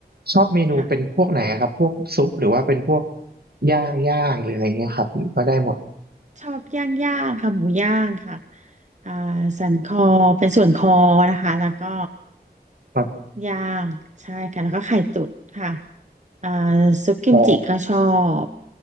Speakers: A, on the right (about 65°); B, on the right (about 45°).
A: ชอบเมนูเป็นพวกไหนอะครับพวกซุปหรือว่าเป็นพวก
B: ค่ะ
A: ย่างย่างหรืออะไรเงี้ยครับก็ได้หมด
B: ชอบย่างย่างค่ะหมูย่างค่ะอ่าสันคอเป็นส่วนคอนะคะแล้วก็
A: ครับ
B: ย่างใช่ค่ะแล้วก็ไข่ตุ๋นค่ะ อ่าซุปกิมจิก็ชอบ
A: อ๋อ